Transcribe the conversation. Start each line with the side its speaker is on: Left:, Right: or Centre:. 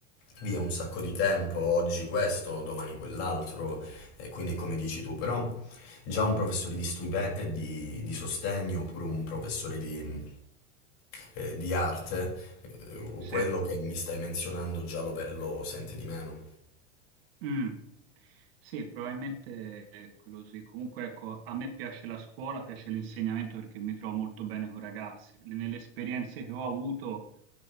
Left: via un sacco di tempo, oggi questo, domani quell'altro, e quindi è come dici tu, però già un professore di, stupe- eh, di, di sostegno oppure un professore di, eh, di arte, eh,
Right: Sì.
Left: quello che mi stai menzionando già lo, ve- lo sente di meno.
Right: Mm. Sì, probabilmente ecco, è quello sì. Comunque, ecco, a me piace la scuola, piace l'insegnamento perché mi trovo molto bene con i ragazzi. Le- Nelle esperienze che ho avuto,